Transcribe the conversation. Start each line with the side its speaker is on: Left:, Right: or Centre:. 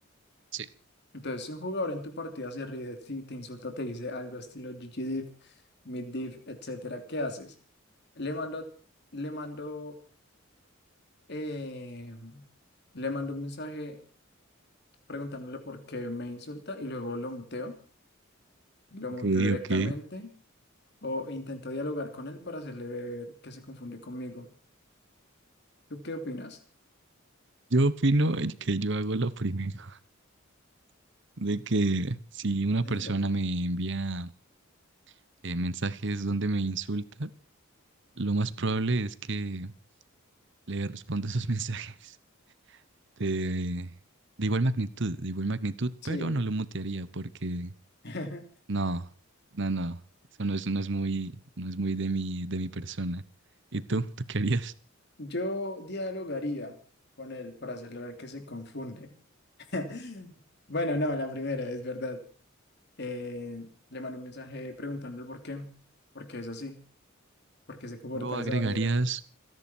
Right: Sí.
Left: Entonces, si un jugador en tu partida se ríe de ti, te insulta, te dice algo estilo GGDiv, MidDiv, etcétera, ¿qué haces? Le mando, le mando, eh, le mando un mensaje preguntándole por qué me insulta y luego lo muteo. Lo muteo
Right: Ok,
Left: directamente
Right: ok.
Left: o intentó dialogar con él para hacerle ver que se confundió conmigo. ¿Tú qué opinas?
Right: Yo opino que yo hago lo primero, <laughs> de que si una
Left: <laughs>
Right: persona me envía eh, mensajes donde me insulta, lo más probable es que le responda esos <laughs> mensajes de, de igual magnitud, de igual magnitud,
Left: Sí,
Right: pero no lo mutearía porque
Left: <laughs>
Right: No, no, no. Eso no es, no es muy, no es muy de mi, de mi persona. ¿Y tú? ¿Tú qué harías?
Left: yo dialogaría con él para hacerle ver que se confunde. <laughs> Bueno, no, la primera, es verdad. Eh, le mandó un mensaje preguntándole por qué, por qué es así, por qué se comporta
Right: ¿Lo
Left: de
Right: agregarías?
Left: esa manera.